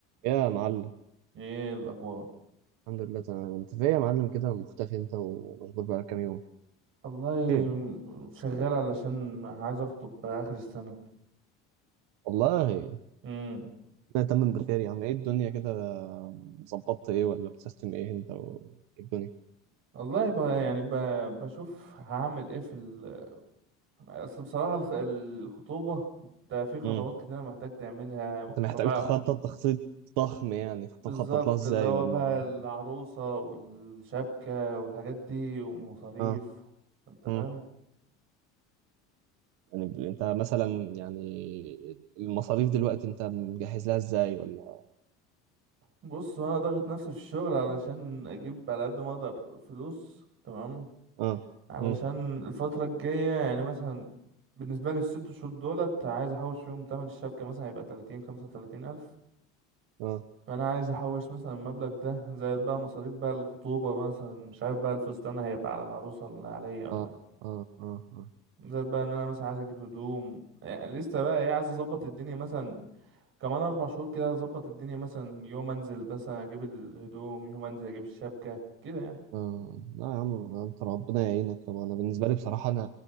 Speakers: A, on the right (about 75°); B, on the right (about 40°).
A: يا معلم
B: ايه الاخبار
A: الحمد لله تمام انت فين يا معلم كده مختفي انت ومشغول بقالك كام يوم
B: والله
A: ايه
B: م- شغال علشان عايز اخطب باخر السنه
A: والله
B: امم
A: انا تمام بخير يا عم ايه الدنيا كده ظبطت ايه ولا بتسيستم ايه انت و... ايه الدنيا
B: والله ب... يعني ب... بشوف هعمل ايه في ال... اصل بصراحه الخ... الخطوبه انت في خطوات
A: امم
B: كتيره محتاج تعملها
A: انت محتاج
B: فبقى
A: تخطط تخطيط ضخم يعني كنت
B: بالظبط
A: مخطط لها ازاي
B: اللي هو
A: ولا
B: بقى العروسه والشبكه والحاجات دي ومصاريف
A: اه
B: انت فاهم
A: امم يعني ب- انت مثلا يعني المصاريف دلوقتي انت مجهز لها ازاي ولا
B: بص انا ضاغط نفسي في الشغل علشان اجيب على قد ما اقدر فلوس تمام
A: اه
B: علشان
A: امم
B: الفترة الجاية يعني مثلا بالنسبة لي الست شهور دولت عايز أحوش فيهم تمن الشبكة مثلا هيبقى تلاتين خمسة وتلاتين ألف
A: اه
B: فأنا عايز أحوش مثلا المبلغ ده زائد بقى مصاريف بقى الخطوبة بقى مثلا مش عارف بقى الفستان هيبقى على العروسة ولا عليا ولا
A: اه اه اه اه
B: زائد بقى إن أنا مثلا عايز أجيب هدوم يعني لسه بقى إيه عايز أظبط الدنيا مثلا كمان أربع شهور كده أظبط الدنيا مثلا يوم أنزل مثلا أجيب الهدوم يوم أنزل أجيب الشبكة كده يعني
A: آه، لا يا عم انت ربنا يعينك يابا انا بالنسبه لي بصراحه انا